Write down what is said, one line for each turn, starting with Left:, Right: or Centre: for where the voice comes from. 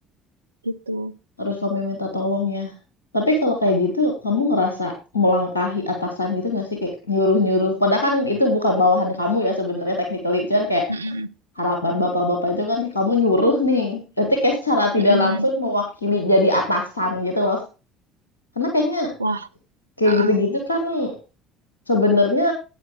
Right: gitu.
Left: harus kamu yang minta tolong ya. Tapi kalau kayak gitu, kamu ngerasa melangkahi atasan gitu nggak sih kayak nyuruh-nyuruh. Padahal kan itu bukan bawahan kamu ya sebenarnya technically, cuman kayak
Right: Mm-mm,
Left: harapan bapak-bapak itu kan kayak kamu nyuruh nih. Berarti kayak secara tidak
Right: mm-mm.
Left: langsung mewakili jadi atasan gitu loh. Karena kayaknya
Right: Wah,
Left: kayak
Right: uh-uh.
Left: gitu-gitu kan sebenarnya